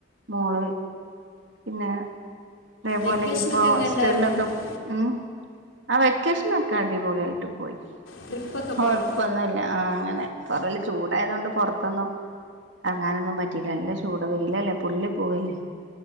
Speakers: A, on the right; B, on the left.
A: മോള് പിന്നെ അതേപോലെ
B: വെക്കേഷനൊക്കെ
A: ഇനിപ്പോൊ
B: എങ്ങനെ
A: സ്റ്റെല്ലൊക്കെ
B: ഉണ്ടായിരുന്നു
A: ഉം ആ വെക്കേഷനൊക്കെ അടിപൊളിയായിട്ട് പോയി
B: ട്രിപ്പൊക്കെ
A: കൊഴപ്പൊന്നുംല്ല
B: പോയോ
A: ആ അങ്ങനെ പൊറല് ചൂടായതണ്ട് പൊറത്തന്നു എറങ്ങാനൊന്നും പറ്റിയില്ലേ നല്ല ചൂട വെയിലല്ലേ പൊള്ളി പോവല്ലേ.